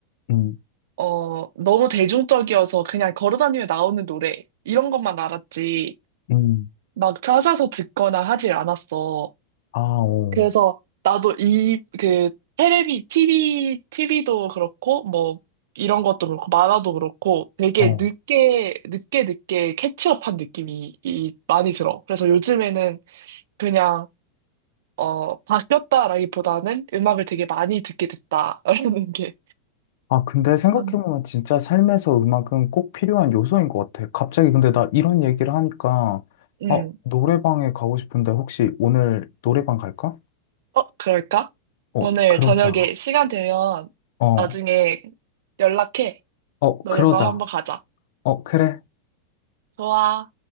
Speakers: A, on the left; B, on the right.
A: 음,
B: 어, 너무 대중적이어서 그냥 걸어다니며 나오는 노래 이런 것만 알았지
A: 음.
B: 막 찾아서 듣거나 하질 않았어.
A: 아, 어,
B: 그래서 나도 이, 그, 테레비, TV, TV도 그렇고, 뭐, 이런 것도 그렇고, 만화도 그렇고, 되게
A: 어.
B: 늦게, 늦게, 늦게 캐치업한 느낌이 이, 많이 들어. 그래서 요즘에는 그냥, 어, 바뀌었다라기보다는 음악을 되게 많이 듣게 됐다라는 게
A: 아, 근데 생각해보면
B: 맞네.
A: 진짜 삶에서 음악은 꼭 필요한 요소인 것 같아. 갑자기 근데 나 이런 얘기를 하니까,
B: 음.
A: 아, 노래방에 가고 싶은데 혹시 오늘 노래방 갈까?
B: 어, 그럴까?
A: 어,
B: 오늘
A: 그러자.
B: 저녁에 시간 되면
A: 어,
B: 나중에 연락해.
A: 어,
B: 노래방
A: 그러자.
B: 한번 가자.
A: 어, 그래.
B: 좋아.